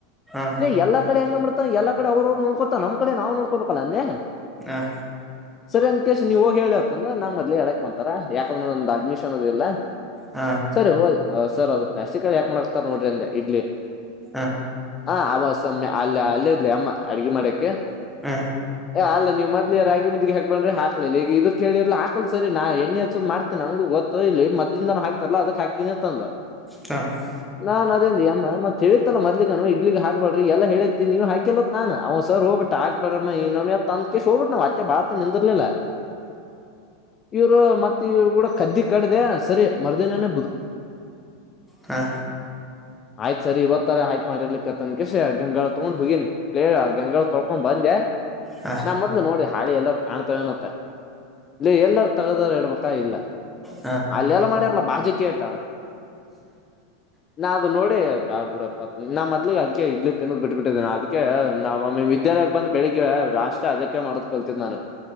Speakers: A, in the centre; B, on the left.
A: ಹಾ
B: ನೀ ಎಲ್ಲ ಕಡೆ ಹೆಂಗ ಮಾಡ್ಡತಾ ಎಲ್ಲ ಕಡೆ ಅವ್ರ್ರು ನೋಡ್ಕೋತ ನಮ್ಮ ಕಡೆ ನಾವವು ನೋಡ್ಕೋ ಕಬೇಕ ಕಲ್ಲ ಅ
A: ಹಾ ಹಾ
B: ಸರಿ ಅಂದ ಕೇಶ ನೀವ ಹೋಗಿ ಹೇಳಿವ ಅಂದ್ರ ನಂಗ್ ಮೊದ್ಲೇ ಹೇಳಕ್ ಬಂತಾರ ಯಾಕಂದ್ರೆ ಒಂದು ಅಡ್ಮಿಶನ್ ಅದು ಇಲ್ಲ
A: ಹಾ ಹಾ
B: ಸರಿ ಹ ಸರ್ ಅ ಪ್ಲಾಟಿಕ್ ಹ ಯಾಕ್ಾಕ್ತ ನೋಡಿರಿ ಅೆ ಇಡ್ಲಿ
A: ಹಾ ಹಾ
B: ಹ ಆವಸ್ ಮ್ಮೆ ಅಲ್ಲಿ ಅಲ್ಲೇ ಇಲಿ ಅಮ್ಮ ಅಡ್ಗೆ ಮಾಡಕ್ಕೆ
A: ಹ
B: ಅಲ್ಲ ನೀವು ಮದ್ಲಿ ರಾಗಿ ಮು್ದ ಹಾಕ್ ಬ್ರ ಹಾಕ್ಲಿಲ್ಲ ಈಗ ಇದದು ಕೇಳಿರ್ಲ್ಲ ಹಾಕ್ಲ್ ಸರಿ ನಾ ಎ್ಣೆಚ್ಚೋ ಮಾಡ್ತ ನಂಗು ಗೊತ್ತ ಇಲ್ಲಿ ಮೊ್ಲಿಂದಾನ ಹಾಕ್ತಾರಲ್ಲಾ ಅದಕ್ ಹಾಕ್ತನಿ ಇರ್ತಂದ
A: ಹಾ ಹಾ ಹಾ
B: ನಾನ್ ಅದೇಂದಿ ಅಮ್ಮ ಮತ್ತತ್ ತಿಳತ್ತಲ್ಲ ಮೊದ್ಲಿಗನು ಹಾಗ್ಬ್ರಿ ಎಲ್ಲ ಹೇಳ ನೀವ ಹಾಕಲ್ಲತ್ ನಾನ್ ಅವ್ ಸರ್ ಹೋಗಬಟ್ಟ ಆ ಬರ ಮಹಿನ ಮ ತಮ ಕೆ ಶೋರ್ಟ್ಟ ಮತ್ತೆ ಭಾಗತ ನಿಂತಿರಲಿಲ್ಲ ಇವ್ರು ಮತ್ತೆ ಇವ್ರು ಕೂಡ ಕದ್ದಿ ಕಡ್ದ ಸರಿ ಮರುದಿನನ
A: ಹಾ
B: ಆಯ್ತ್ ಸರಿ ಇವತ್ತರ ಆಯ್ಕ್ ಮಾಡಿರ್ಲಿಕ್ಕತ್ತ ಅನ್ ಕಸ ಗಂಗಾ ತಗೊಂಡ್ ಹೋಗಿನಿ ಗಂಗಳ ತೊಳ್ಕೊಂಡ್ ಬಂದೆ
A: ಹಾ ಹಾ
B: ನಾ ಮೊದ್ಲು ನೋಡಿ ಹಾಳಿ ಎಲ್ಲಾರ ಕಾಣ್ತವನತ್ತ ನೀ ಎಲ್ಲಾರ ತಗದಾರ ಇಡ್ಬೇಕ ಇಲ್ಲ
A: ಹಾ
B: ಅಲ್ಲೆಲ್ಲ ಮಾಡ್ಯಾರಲ್ಲ ಬಾಜಿ ಕೇಳ್ತಾರ ನಾ ಅದು ನೋಡಿ ಬ್ಯಾಡ್ಬುಡಪ್ಪ ಮ ನಾ ಮದ್ಲಗ್ ಅದಕ ಇಲ್ಲಿೇ ತಿನ್ನೋದ್ ಬಿಟ್ಟಟ್ಬಿಟ್ಟಿದ್ದೇನೆ ಅದಕ್ಕೆ ನ ನಿಮ್ಮ ವಿದ್ಯಾಲಯಕ್ಕೆ ಬಂದ ಬೆಳಿಗ್ಗೆ ಅಷ್ಟೇ ಅದಕ್ಕೆ ಮಾಡೋದ್ ಕಲ್ತಿದ್ದ್ ನಾನು